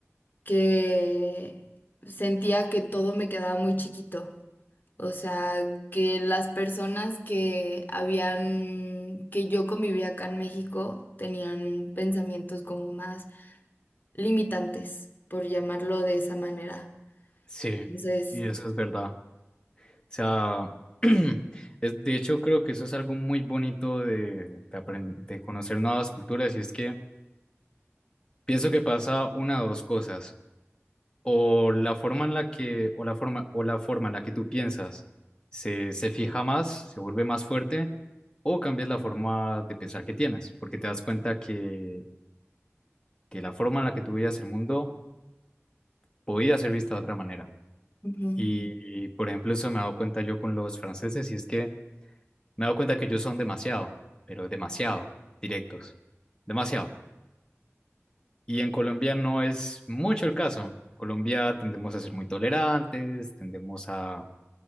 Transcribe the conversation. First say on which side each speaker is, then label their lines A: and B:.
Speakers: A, on the left (about 40°); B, on the left (about 15°).
A: que sentía que todo me quedaba muy chiquito. O sea, que las personas que habían, que yo convivía acá en México, tenían pensamientos como más limitantes, por llamarlo de esa manera.
B: Sí,
A: Entonces,
B: y eso es verdad. O sea, <clears throat> es, de hecho creo que eso es algo muy bonito de, de, apren- de conocer nuevas culturas y es que pienso que pasa una de dos cosas. o la forma en la que, o la forma, o la forma en la que tú piensas se, se fija más, se vuelve más fuerte, o cambias la forma de pensar que tienes, porque te das cuenta que, que la forma en la que tú veías el mundo podía ser vista de otra manera.
A: ujú.
B: Y, y, por ejemplo, eso me he dado cuenta yo con los franceses, y es que me he dado cuenta que ellos son demasiado, pero demasiado directos, demasiado. Y en Colombia no es mucho el caso. Colombia tendemos a ser muy tolerantes, tendemos a